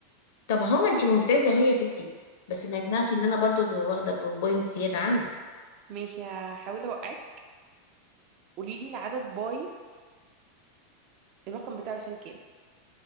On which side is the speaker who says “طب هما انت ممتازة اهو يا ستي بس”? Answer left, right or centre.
Left